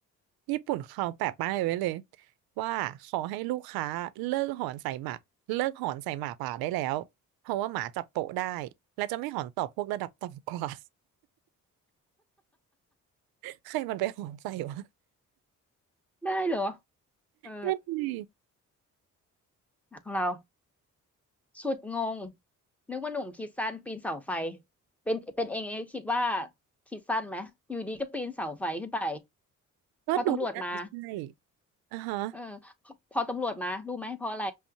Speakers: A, on the right; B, in the centre.
A: ญี่ปุ่นเขาแปะป้ายไว้เลยว่าขอให้ลูกค้าเลิกหอนใส่หมาเลิกหอนใส่หมาป่าได้แล้วเพราะว่าหมาจับโปะได้และจะไม่หอนตอบพวกระดับต่ำกว่า <laughs> ใครมันไปหอนใส่วะ
B: ได้เหรอเออ
A: นั่นดิ
B: ของเรา สุดงงนึกว่าหนุ่มคิดสั้นปีนเสาไฟเป็นเป็นเองเองคิดว่าคิดสั้นไหมอยู่ดีก็ปีนเสาไฟขึ้นไป
A: ก็ดูน่าจะใช่
B: พอตำรวจมา
A: อ่าฮะ
B: เออพอพอตำรวจมารู้ไหมเพราะอะไร